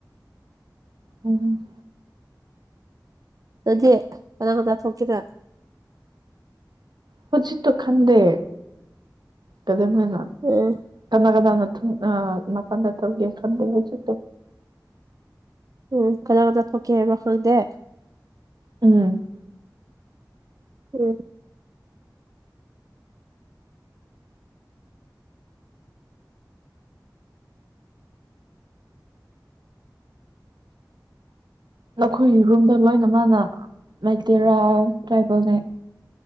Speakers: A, on the right; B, on the right.
A: ꯎꯝ
B: ꯅꯪꯗꯤ ꯀꯅꯥ ꯀꯅꯥ ꯊꯣꯛꯈꯤꯔ
A: ꯍꯧꯖꯤꯠꯇꯣ ꯈꯟꯗꯦ ꯀꯗꯅ
B: ꯎꯝ
A: ꯀꯅꯥ ꯀꯅꯥꯅ ꯑ ꯃꯄꯥꯟꯗ ꯇꯧ ꯌꯥ ꯈꯟꯗꯦ ꯍꯥꯏꯖꯦ
B: ꯎꯝ ꯀꯖꯥ ꯀꯖꯥ ꯊꯀꯦ ꯍꯥꯏꯕ꯭ꯔ ꯈꯪꯗꯦ
A: ꯎꯝ
B: ꯎꯝ
A: ꯂꯧꯈꯣꯏꯔꯨꯝꯗ ꯂꯣꯏꯅ ꯃꯥꯅ ꯃꯩꯇꯦꯔꯥ ꯇ꯭ꯔꯥꯏꯕꯅꯦꯥꯏ